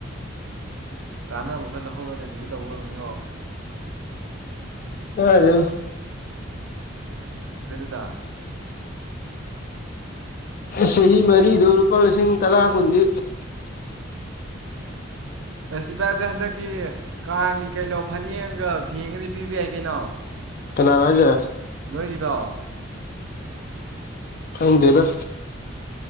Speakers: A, on the right; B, on the left.
A: ꯀꯥꯟꯅꯕ ꯈꯔ ꯂꯧꯍꯧꯔꯒꯗꯤꯒ ꯇꯧꯕ ꯑꯣꯏꯔꯝꯅꯤꯀꯣ
B: ꯑ ꯑꯗꯨ
A: ꯗ
B: ꯆꯍꯤ ꯃꯔꯤꯗꯨꯣ ꯂꯨꯄꯥ ꯂꯤꯁꯤꯡ ꯇꯔꯥ ꯀꯨꯟꯗꯤ
A: ꯑꯁꯤ ꯚꯥꯏꯗ ꯍꯟꯗꯛꯀꯤ ꯀꯥꯡꯒꯤ ꯀꯩꯅꯣ ꯐꯅꯦꯛꯒ ꯐꯦꯡꯒꯗꯤ ꯄꯤꯕ ꯌꯥꯏ ꯀꯩꯅꯣ
B: ꯀꯅꯔꯥꯖ
A: ꯅꯣꯏꯒꯤꯗꯣ
B: ꯐꯪꯪꯗꯦꯗ